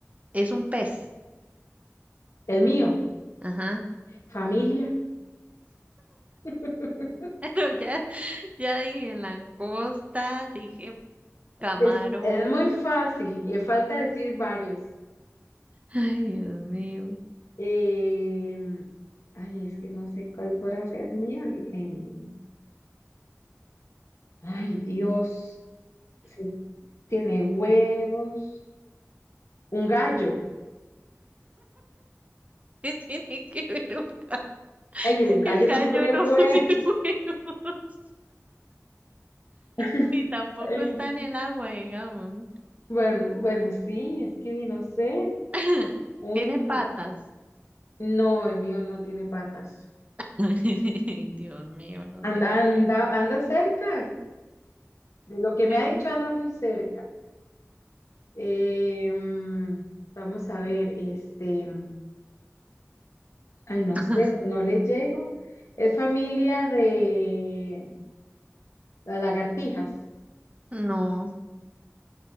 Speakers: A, on the right (about 25°); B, on the left (about 70°).
A: es un pez.
B: el mío,
A: Ajá.
B: familia. <laughs>
A: <laughs> Pero ya, ya dije langosta, dije camarón.
B: Es, es muy fácil, le falta decir varios.
A: Ay, Dios mío.
B: Eh, ay, es que no sé cuál podrá ser mío. el- el- ay, Dios. sí. tiene huevos, un gallo.
A: ¿Qué tiene que ver un ga-
B: Ay, el gallo
A: El gallo
B: no pone
A: no
B: huevos.
A: <laughs> pone huevos.
B: <laughs>
A: Ni tampoco
B: Eh,
A: está en el agua, digamos.
B: Bueno, bueno, sí, es que no sé.
A: <laughs>
B: Un
A: Tiene patas.
B: no, el mío no tiene patas.
A: <laughs> Dios mío, no sé
B: Anda,
A: qué
B: anda, anda cerca. De lo que me
A: es.
B: ha dicho, anda muy cerca. Eh, mm, vamos a ver, este, ay, no
A: <laughs>
B: sé, no le llego. Es familia de las lagartijas.
A: No,